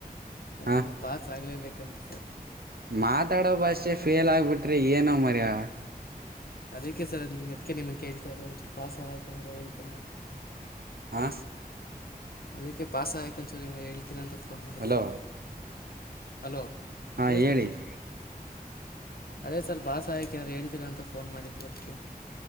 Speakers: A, on the right; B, on the left.
A: ಹಾ
B: ಅದು ಪಾಸ್ ಆಗ್ಲೇಬೇಕಂತ
A: ಮಾತಾಡೋ ಭಾಷೆ ಫೇಲ್ ಆಗ್ಬಿಟ್ರಿ ಏನೋ ಮರ್ಯ
B: ಅದಕ್ಕೆ ಸರ್ ಅದಕ್ಕೆ ನಿಮಗೆ ಕೇಳ್ತಾ ಇರೋದ ಪಾಸ್ ಆಗಕಾರೆ ಏನಾರ ಹೇಳ್ತೀರಾ ಅಂತ
A: ಆ
B: ಅದಕ್ಕೆ ಪಾಸ್ ಆಗಕರೇ ಅನ್ ಚೋರಿ ಹೇಳ್ತಿರರಿ ಅಂತ ಫೋನ್ ಮಾಡಿದ್ದೆ
A: ಹಲೋ
B: ಹಲೋ
A: ಹಾ
B: ಕೇಳಿಸ್ತಿಲ್ಲ
A: ಹೇಳಿ
B: ಸರ್ ಅದೇ ಸರ್ ಪಾಸ ಆಗಕೆ ಏನು ಹೇಳ್ತೀರಾ ಅಂತ ಫೋನ್ ಮಾಡಿದೇ ಅದಕ್ಕೇ